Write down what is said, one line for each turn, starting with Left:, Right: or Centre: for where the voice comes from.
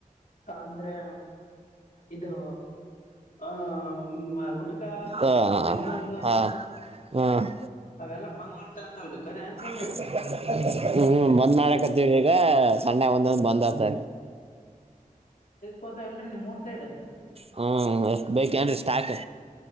Left: ಅಂದ್ರೆ ಇದು ಆ <unintelligible>
Right: ಹಾ
Left: ಇಮಾಲ್
Right: ಹಾ ಹ್ಮ್
Left: ಅವೆಲ್ಲಾ ಬಂದ್ ಮಾಡ್ತೇವ ಅಂತಲ್ರಿ ಕರೆ ಏನ್ ಸುಳ್ರಿ
Right: <unintelligible> ಹ್ಮ್ ಬಂದ್ <unintelligible> ಈಗ ಸಣ್ಡೆ ಒಂದೆ ಒಂದ್ ಬಂದ್ <unintelligible>
Left: ಕೋದ ಎಲ್ರಿ ನಿಮ್ಮೂರ್ ಸೈಡ್
Right: ಹೂ ಎಷ್ಟ್ ಬೇಕ್ ಏನ್ರಿ ಸ್ಟಾಕ್